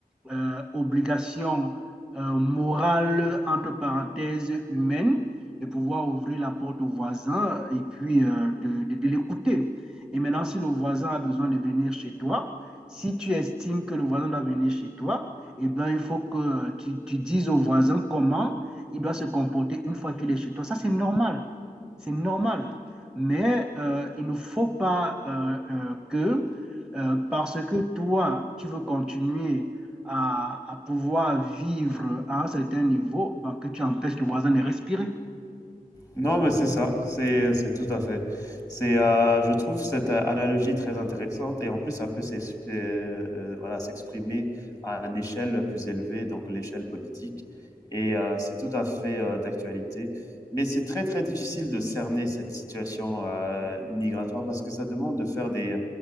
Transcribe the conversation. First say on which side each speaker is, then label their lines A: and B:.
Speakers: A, in the centre; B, on the left.
A: euh, obligation euh, morale, entre parenthèses, humaine, de pouvoir ouvrir la porte au voisin et puis euh, de, de- de l'écouter. Et maintenant, si le voisin a besoin de venir chez toi, si tu estimes que le voisin doit venir chez toi, eh bien, il faut que euh, tu, tu dises au voisin comment il doit se comporter une fois qu'il est chez toi. Ça, c'est normal. C'est normal. Mais euh, il ne faut pas euh, euh, que, euh, parce que toi, tu veux continuer à, à pouvoir vivre à un certain niveau, ben, que tu empêches le voisin de respirer.
B: Non, mais c'est ça, c'est c'est tout à fait. C'est, euh, je trouve cette euh, analogie très intéressante et en plus, ça peut s'ex- euh, euh, voilà, s'exprimer à une échelle plus élevée, donc l'échelle politique. Et euh, c'est tout à fait euh, d'actualité. Mais c'est très, très difficile de cerner cette situation euh, migratoire parce que ça demande de faire des,